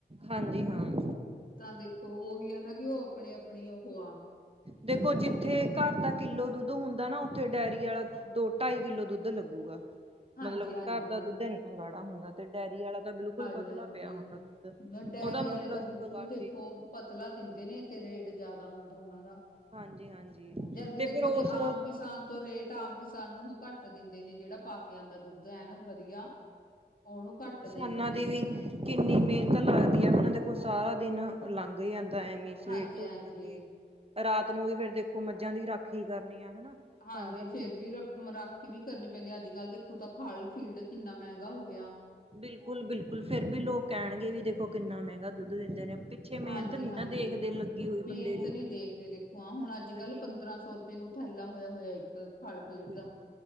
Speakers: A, on the right (about 30°); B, on the left (about 50°).
A: ਹਾਂਜੀ ਹਾਂ
B: ਤਾਂ ਦੇਖੋ ਉਹੀ ਹੈਨਾ। ਵੀ ਉਹ ਆਪਣੀ-ਆਪਣੀ ਉਹ ਆਂ
A: ਦੇਖੋ ਜਿੱਥੇ ਘਰ ਦਾ ਕਿੱਲੋ ਦੁੱਧ ਹੁੰਦਾ ਨਾ ਉੱਥੇ ਡੇਅਰੀ ਵਾਲਾ ਦੋ-ਢਾਈ ਕਿੱਲੋ ਦੁੱਧ ਲੱਗੂਗਾ
B: ਹਾਂਜੀ
A: ਮਤਲਬ
B: ਹਾਂਜੀ
A: ਘਰ ਦਾ ਦੁੱਧ ਇੰਨਾ ਗਾੜਾ ਹੁੰਦਾ ਤੇ ਡੈਅਰੀ ਵਾਲਾ ਤਾਂ ਬਿਲਕੁਲ
B: ਹਾਂਜੀ-ਹਾਂਜੀ,
A: ਪਤਲਾ ਪਿਆ ਹੁੰਦਾ ਦੁੱਧ।
B: ਡਾਇਅਰੀ
A: ਉਹਦਾ ਮਤਲਬ
B: ਵਾਲੇ ਤਾਂ ਬਿਲਕੁਲ
A: ਇੱਕ ਵਾਰ
B: ਦੇਖੋ
A: ਚ
B: ਪਤਲਾ ਦਿੰਦੇ ਨੇ ਤੇ ਰੇਟ ਜਿਆਦਾ ਹੁੰਦਾ। ਅੱਦਾ ਉਹਨਾਂ ਦਾ।
A: ਹਾਂਜੀ-ਹਾਂਜੀ
B: ਜਦਕਿ
A: ਤੇ
B: ਦੇਖੋ
A: ਫਿਰ ਉਸ
B: ਜੀ ਆਮ ਕਿਸਾਨ ਤੋਂ ਰੇਟ ਆਮ ਕਿਸਾਨ ਨੂੰ ਉਹ ਘੱਟ ਦਿੰਦੇ ਨੇ ਜਿਹੜਾ ਪਾ ਕੇ ਆਉਂਦਾ ਦੁੱਧ ਐ ਨਾ। ਵਧੀਆ, ਉਹਨੂੰ ਘੱਟ, ਦਿੰਦੇ
A: ਉਨ੍ਹਾਂ
B: ਨੇ
A: ਦੀ ਵੀ ਕਿੰਨੀ ਮਿਹਨਤ ਲੱਗਦੀ ਹੈਨਾ ਦੇਖੋ ਸਾਰਾ ਦਿਨ ਲੰਘ ਗਇਆ। ਟਾਈਮ ਨਹੀਂ, ਸਵੇਰ
B: ਹਾਂਜੀ
A: ਤੋਂ
B: ਹਾਂਜੀ
A: ਉੱਠ ਕੇ ਰਾਤ ਨੂੰ ਵੀ ਫੇਰ ਦੇਖੋ ਮੱਝਾਂ ਦੀ ਰਾਖੀ ਕਰਨੀ ਆ। ਹਨਾ
B: ਹਾਂਜੀ
A: ਸਾਰਾ ਦਿਨ
B: ਫੇਰ ਵੀ ਰਾਖੀ ਵੀ ਕਰਨੀ ਪੈਂਦੀ ਅੱਜ-ਕੱਲ੍ਹ ਦੇ ਦੇਖੋ ਤਾਂ ਖਲ ਫੀਡ ਕਿੰਨਾ ਮਹਿੰਗਾ ਹੋ ਗਿਆ।
A: ਬਿਲਕੁਲ-ਬਿਲਕੁਲ ਫੇਰ ਵੀ ਲੋਕ ਕਹਿਣਗੇ ਵੀ ਦੇਖੋ ਕਿੰਨਾ ਮਹਿੰਗਾ ਦੁੱਧ ਦਿੰਦੇ ਨੇ। ਪਿੱਛੇ ਮਿਹਨਤ
B: ਹਾਂਜੀ-ਹਾਂਜੀ,
A: ਨੀ ਨਾ ਦੇਖਦੇ ਲੱਗੀ ਹੋਈ ਬੰਦੇ
B: ਮਿਹਨਤ
A: ਦੀ
B: ਨੀ ਦੇਖ ਰਹੇ ਦੇਖੋ ਹਾਂ, ਹੁਣ ਅੱਜ-ਕੱਲ
A: ਹਾਂਜੀ
B: ਪੰਦਰਾਂ ਸੌ ਰੁਪਏ ਨੂੰ ਥੈਲਾ ਹੋਇਆ-ਹੋਇਆ ਇੱਕ ਫਲ-ਫਰੂਟ
A: ਬਿਲ
B: ਦਾ,